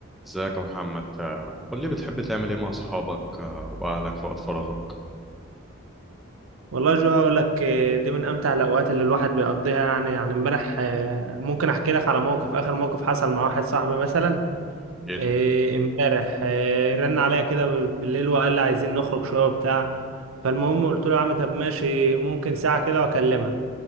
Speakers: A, in the centre; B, on the right (about 80°).
A: ازيك يا محمد آه، قول لي بتحب تعمل ايه مع اصحابك آه، واهلك في وقت فراغك
B: والله جو هقول لك آه، دي من امتع الاوقات اللي الواحد بيقضيها يعني يعني امبارح آه، ممكن احكي لك على موقف اخر موقف حصل مع واحد صاحبي مثلا
A: اكيد
B: آه، امبارح آه، رن عليا كده بالليل وقال لي عايزين نخرج شويه وبتاع فالمهم قلت له يا عم طب ماشي ممكن ساعه كده واكلمها